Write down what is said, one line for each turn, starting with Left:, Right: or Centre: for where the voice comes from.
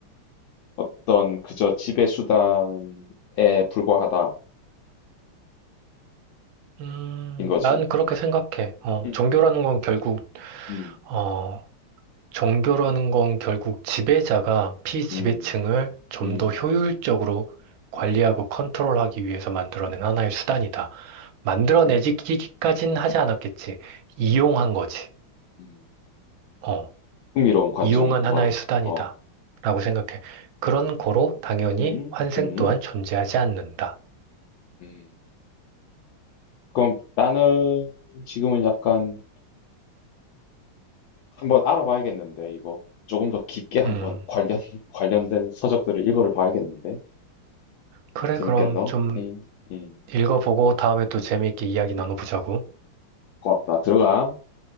Left: 어떤 그저 지배 수단에 불과하다.
Right: 음,
Left: 인 거지.
Right: 난 그렇게 생각해. 어,
Left: 음,
Right: 종교라는 건 결국,
Left: 음,
Right: 어, 종교라는 건 결국 지배자가 피지배층을
Left: 음,
Right: 좀
Left: 음, 음,
Right: 더 효율적으로 관리하고
Left: 음,
Right: 컨트롤하기 위해서 만들어낸 하나의 수단이다. 만들어내기까진
Left: 음,
Right: 하지 않았겠지. 이용한
Left: 음,
Right: 거지.
Left: 음.
Right: 어,
Left: 흥미로운 관점이구만.
Right: 이용한 하나의 수단이다.
Left: 어.
Right: 라고 생각해. 그런
Left: 음.
Right: 거로 당연히
Left: 음.
Right: 환생
Left: 음.
Right: 또한 존재하지 않는다.
Left: 음. 그럼 나는 지금은 약간 한번 알아봐야겠는데 이거 조금 더 깊게 한번
Right: 음.
Left: 관련 <laughs> 관련된 서적들을 읽어를 봐야겠는데
Right: 그래,
Left: 재밌겠노?
Right: 그럼 좀
Left: 음. 음.
Right: 읽어보고 다음에 또
Left: 음.
Right: 재미있게 이야기 나눠보자고.
Left: 고맙다. 들어가.